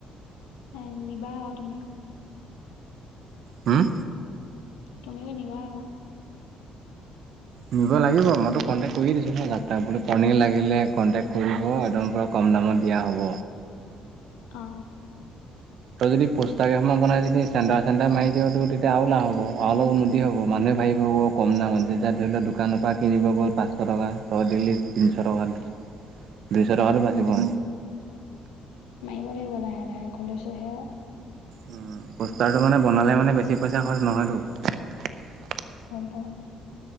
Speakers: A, on the left; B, on the right.
A: এ নিবা আ তুমি।
B: হুম?
A: তুমিও নিবা আকৌ।
B: নিব লাগিব। মইতো কন্টেক্ট কৰিয়ে দিছিলো ন যাত্ৰাক বোলো পনীৰ লাগিলে কন্টেক্ট কৰিব। একদম পৰা কম দামত দিয়া হ'ব।
A: অ।
B: তই যদি পোষ্টাৰ কেইখনমান বনাই যদি চেণ্টাৰ চেণ্টাৰে মাৰি দিয়, তোৰ তেতিয়া আৰু লাভ হব আৰু অলপ উন্নতি হ'ব। মানুহে ভাবিব অ কম দামত। যেতিয়া ধৰি লও দোকানৰ পৰা কিনিব গ'ল পাঁচশ টকা তই দিলি। তিনছ টকা, দুইশ টকাতো
A: উম,
B: বাচিব।
A: <unintelligible> লাগিব লাহে লাহে খুলিছো অ।
B: উ পোষ্টাৰটো মানে বনালে মানে বেছি পইচা খৰচ নহয়তো।
A: বাও।